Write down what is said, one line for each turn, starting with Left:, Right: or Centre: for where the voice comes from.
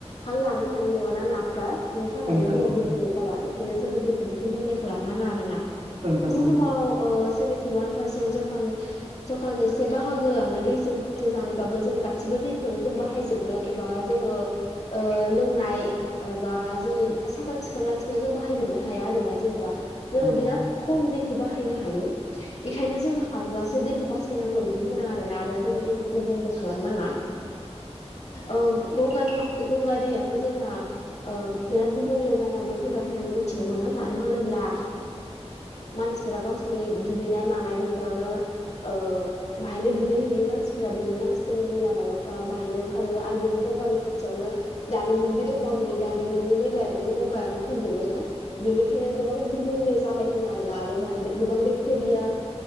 Left: हां लानो हानाय नङााना नाफ्रा बिनि थाखायनो
Right: औ नोंथां
Left: दैया
Right: औ
Left: गुबुंले जाबा बेखायनो जोङो दैखौबो गुबुंले खालामनाङा आरोना
Right: औ नोंथां
Left: बुहुमाव
Right: औ
Left: ओ सेभेेनटि वान पारसेन्ट जखा जौखोन्दो से बाहागोआनो दैजों खोबथि जानायबाबो जों गासिबो दैखौनो जों बाहायजोब <unintelligible> एबा जोङो ओ लों नाय‌ एबा जोंनि साखोन सिखोन लाखिनायाव जों बाहायजोबनो हाया आरोना जेनेबा जोङो बिराद
Right: औ
Left: खम दैखौ बाहायनो हायो बेखायनो जोङो हानजासे दै खौ बासायनांगौ इदि होनो आरोना आरो जोंङो बेेखौ गुबुंले खालामनाङा ओ गंगानि गंगा दैया थ जोंना बिराद गुबुंले जानानै फैबाय होननानै मोन थिनो मोनो मानो होनोब्ला मानसिफोरा गावसोरनि दुगैनाय मानाय बेफोरावनो ओ बाहायनो दुगैहैयो मानसिफ्रा बिनि मानसिफोरनि मैला माबाफ्रा बाहायनो ओंखारजोबो आरो बिनि गंगानि खाथियावनो दारिमिनबो दङ बिनि दारिमिननि मैलायाबो गंगायावनो फैजोबोनो बिनिखायनो गोबां गुबुंले जाबाय होनो आरोना आरो बाहाय गोबां बेक्टेरियास